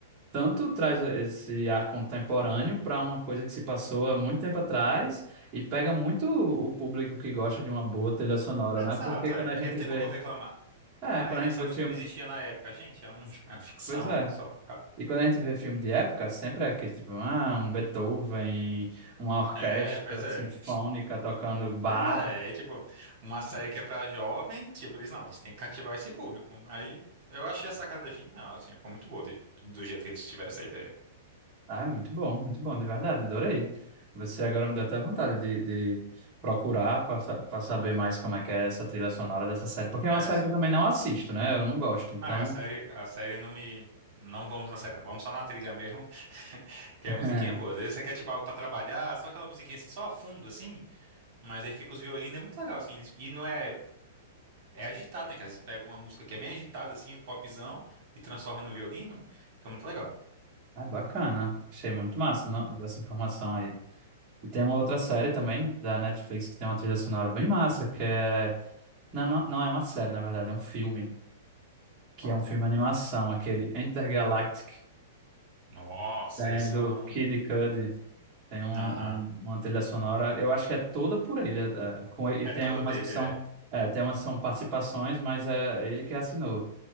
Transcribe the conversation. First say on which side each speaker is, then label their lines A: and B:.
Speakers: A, on the right; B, on the right.
A: tanto traz esse ar contemporâneo para uma coisa que se passou há muito tempo atrás e pega muito o público que gosta de uma boa trilha sonora,
B: Exato,
A: né? Porque quando
B: é.
A: a
B: Porque
A: gente
B: não tem
A: vê,
B: como eu reclamar.
A: é,
B: Ah,
A: quando
B: essa
A: a gente vê
B: música
A: filme,
B: não existia na época. Gente, é um- <laughs> é uma ficção,
A: pois é.
B: né? Só.
A: E quando a gente vê filme de época, sempre é aquele tipo, ah, um Beethoven, uma orquestra
B: É, pois é.
A: sinfônica tocando Bach.
B: Pois é, é tipo, uma série que é pra jovem, tipo, eles não, eles têm que cativar esse público. Aí eu achei a sacada genial, assim, ficou muito boa de- do jeito que eles tiveram essa ideia.
A: Ah, muito bom, muito bom, de verdade, adorei. Você agora me deu até vontade de, de procurar para saber mais como é que é essa trilha sonora dessa série, porque é
B: É
A: uma série
B: essa.
A: que eu também não assisto, né? Eu não gosto, então
B: Não, e a série, a série não me. Não vamos na série, não. Vamos só na trilha mesmo. Que
A: <laughs>
B: a musiquinha é boa. Às vezes você quer, tipo, algo pra trabalhar, só aquela musiquinha assim, só a fundo, assim. Mas aí fica os violinos, é muito legal, assim. eles- e não é. É agitado, né? Que às vezes pega uma música que é bem agitada, assim, um popzão, e transforma no violino. Fica muito legal.
A: ah, bacana. Achei muito massa não, essa informação aí. E tem uma outra série também da Netflix que tem uma trilha sonora bem massa, que é... Não, não, não é uma série, na verdade, é um filme, que
B: Qual?
A: é um filme animação, aquele Intergalactic,
B: Nossa,
A: né,
B: esse
A: do
B: eu amo.
A: Kid Cudi. Tem um,
B: Aham.
A: um- uma trilha sonora, eu acho que é toda por ele, é, com, e
B: É
A: tem
B: toda
A: umas
B: dele,
A: que são,
B: é.
A: é, tem umas que são participações, mas é ele que assinou